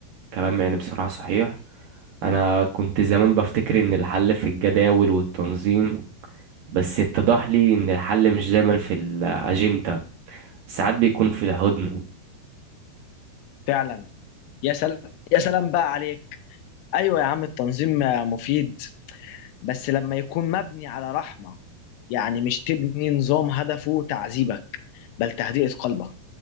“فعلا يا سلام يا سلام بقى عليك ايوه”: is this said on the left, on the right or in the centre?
Left